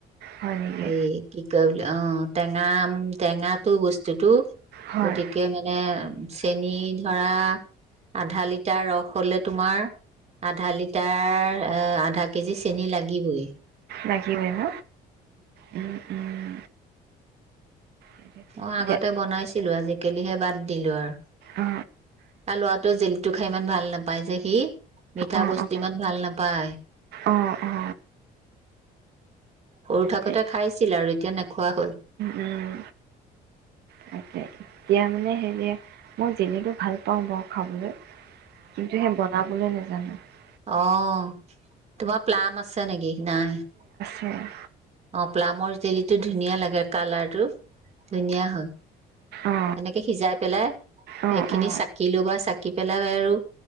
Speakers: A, on the right; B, on the right.
A: হয় নেকি
B: এই কি অ টেঙা টেঙাটো বস্তুতটো
A: হয়
B: গতিকে মানে চেনী ধৰা আধা লিটাৰ ৰস হলে তোমাৰ আধা লিটাৰ এ আধা কেজি চেনি লাগিবই
A: লাগিিবয় ন উম উম এতিয়া
B: অ আগতে বনাইছো ছিলো আজিকালিহে বাদ দিলো আৰু
A: অ
B: ত লৰাটোৱে জেলিটো খাই ইমান ভাল নাপায় যে সি মিঠা
A: অ
B: বস্তু ইমান ভাল নাপায়
A: অ অ অ
B: সৰু থাকোঁতে
A: সেই
B: খাইছিল আৰু এতিয়া নেখোৱা হ'ল
A: উম তাকে এতিয়া মানে হেৰি মই জিলেতটো ভাল পাওঁ বাৰু খাবলৈ কিন্তু সেই বনাবলৈ নাাজ জান <unintelligible>
B: অঁ তোমাৰ প্লাম আছে নেকি নাই
A: উম
B: অ প্লামৰ জেলিটো ধুনীয়া লাগে কালাৰ টো ধুনীয়া হয়
A: অ
B: তেনেকে সিজাই পেলাই
A: অ
B: সেইখিনি
A: অ
B: চাকি লবা চাকি পেলাই আৰু